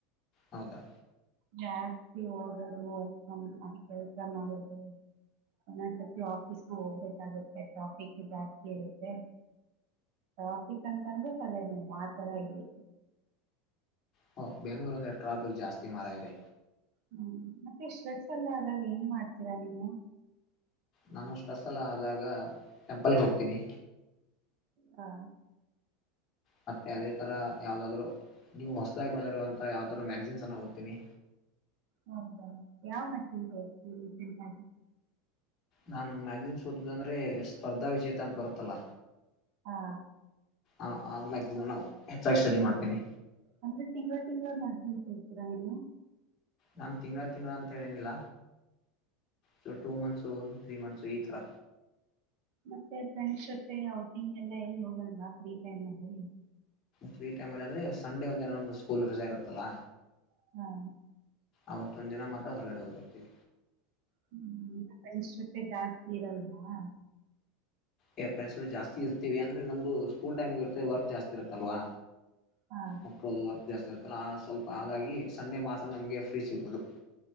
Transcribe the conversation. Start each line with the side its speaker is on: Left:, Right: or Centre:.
Left: ಹೌದಾ?
Right: ಜಾಸ್ತಿ ಓದೊದು ವರ್ಕ್ ಫ್ರಂ ಅದ್ ಕೆಲ್ಸ ಮಾಡೊದು, ಒಂದೊಂದ್ ಸತಿ ಆಫೀಸ್ಗೂ ಹೋಗ್ಬೇಕಾಗುತ್ತೆ ಟ್ರಾಫಿಕು ಜಾಸ್ತಿ ಇರುತ್ತೆ ಟ್ರಾಫಿಕ್ ಅಂತಂದ್ರೆ ತಲೆ ನೋವು ಆತರ ಇಲ್ಲಿ.
Left: ಹು ಬ್ಯಾಂಗ್ಳೂರ್ ಅಂದ್ರೆ ಟ್ರಾಫಿಕ್ ಜಾಸ್ತಿ ಮಾರಾಯ್ರೆ.
Right: ಹ್ಮ್ ಮತ್ತೆ ಸ್ಟ್ರೆಸ್ ಎಲ್ಲ ಆದಾಗ್ ಎಂಗ್ ಮಾಡ್ತೀರಾ ನೀವು?
Left: ನಾನು ಸ್ಟ್ರೆಸ್ ಅಲ್ಲ ಆದಾಗ ಟೆಂಪಲ್ಗ್ ಹೋಗ್ತೀನಿ.
Right: ಹಾ.
Left: ಮತ್ತೆ ಅದೇ ತರ ಯಾವ್ದಾದ್ರು ನ್ಯೂ ಹೊಸ್ದಾಗ್ ಬಂದಿರುವಂತ ಯಾವ್ದಾದ್ರು ಮ್ಯಾಗಜಿನ್ಸ್ ಅನ್ನ ಓದ್ತೀನಿ.
Right: ಹೌದಾ, ಯಾವ್ ಮ್ಯಾಗಜೀನ್ಸ್ ಓದ್ರೀ ರೀಸೆಂಟಾಗಿ?
Left: ನಾನು ಮ್ಯಾಗಜಿನ್ಸ ಓದೋದ್ ಅಂದ್ರೆ ಸ್ಪರ್ಧಾ ವಿಜೇತ ಅಂತ್ ಬರತ್ ಅಲ್ಲ
Right: ಹಾ
Left: ಆ ಆ ಮ್ಯಗ್ ದಿನಾನೂ ಹೆಚ್ಚಾಗ್ ಸ್ಟಡಿ ಮಾಡ್ತೀನಿ.
Right: ಅಂದ್ರೆ ತಿಂಗ್ಳ ತಿಂಗ್ಳದ್ ಮ್ಯಾಗಜೀನ್ಸ್ ಓದ್ತಿರ ನೀವು?
Left: ನಾನ್ ತಿಂಗ್ಳ ತಿಂಗ್ಳ ಅಂತೇಳೇನಿಲ್ಲ so two months three months ಈ ತರ
Right: ಮತ್ತೆ ಫ್ರೆಂಡ್ಸ್ ಜೊತೆ ಔಟಿಂಗ್ ಎಲ್ಲ ಎಲ್ ಹೋಗಲ್ವಾ ಫ್ರೀ ಟೈಮ್ ಅಲ್ಲಿ?
Left: ಫ್ರೀ ಟೈಮ್ ಅಲ್ ಅಂದ್ರೆ ಸಂಡೆ ಒಂದ್ <unintelligible> ಸ್ಕೂಲ್ ರಜಾ ಇರುತ್ತಲ್ಲಾ
Right: ಹ್ಞಾಂ.
Left: ಅವತ್ತೊಂದ್ ದಿನ ಮಾತ್ರ ಹೊರಗಡೆ ಹೋಗ್ತರ್ತವಿ
Right: ಹ್ಮು ಫ್ರೆಂಡ್ಸ್ ಜೊತೆ ಜಾಸ್ತಿ ಇರಲ್ವಾ?
Left: ಏ ಫ್ರೆಂಡ್ಸ್ ಗುಳ್ ಜಾಸ್ತಿ ಇರ್ತೀವಿ ಅಂದ್ರೆ ನಮ್ದು ಸ್ಕೂಲ್ ಟೈಮ್ಗ್ ಇರುತ್ತೆ ವರ್ಕ್ ಜಾಸ್ತಿ ಇರುತ್ತಲ್ವಾ
Right: ಹಾ
Left: ಮಕ್ಳದ್ ವರ್ಕ್ ಜಾಸ್ತಿ ಇರುತ್ತಲ್ಲ ಆ ಸ್ವಲ್ಪ ಹಾಗಾಗಿ ಸಂಡೆ ಮಾತ್ರ ನಮ್ಗೆ ಪೀಸಿ ಮದು.